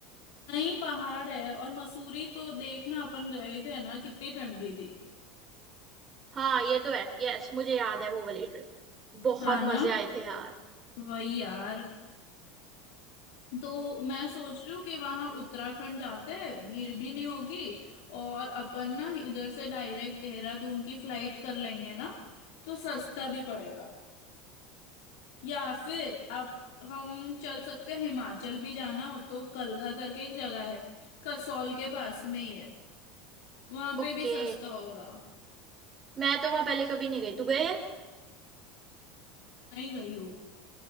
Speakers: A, on the left; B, on the right.
A: नहीं पहाड़ है और मसूरी तो देखना अपन गए थे ना कितनी ठंडी थी
B: हाँ ये तो है यस मुझे याद है वो वाली ट्रिप बहुत
A: हाँ ना
B: मजे आए थे यार
A: वही यार तो मैं सोच रही हूँ कि वहां उत्तराखंड जाते हैं भीड़ भी नहीं होगी और अपन ना इधर से डायरेक्ट देहरादून की फ्लाइट कर लेंगे ना तो सस्ता भी पड़ेगा या फिर आप हम चल सकते हैं हिमाचल भी जाना हो तो कलगा करके एक जगह है कसौल के पास में ही है वहां
B: ओके
A: पे भी सस्ता होगा
B: मैं तो वहां पहले कभी नहीं गई तू गई है
A: नहीं गई हूँ